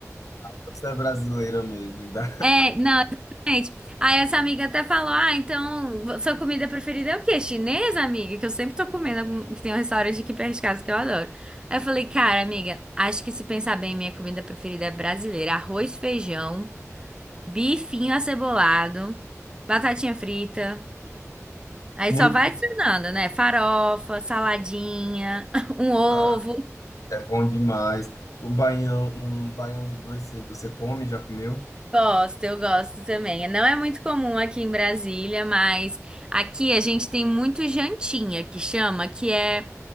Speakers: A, on the left; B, on the right.
A: Então, Você é brasileira mesmo, dá
B: É, não. Gente, aí essa amiga até falou: Ah, então sua comida preferida é o quê? Chinesa, amiga? Que eu sempre tô comendo, algum- que tem um restaurante aqui perto de casa que eu adoro. Aí eu falei: Cara, amiga, acho que se pensar bem, minha comida preferida é brasileira: arroz, feijão, bifinho acebolado, batatinha frita. Aí
A: <laughs>
B: só
A: muito,
B: vai adicionando, né? Farofa, saladinha, <laughs> um ovo.
A: ah, é bom demais. O baião, um baião de dois, você, você come, já comeu?
B: Gosto, eu gosto também. Não é muito comum aqui em Brasília, mas aqui a gente tem muito jantinha que chama, que é.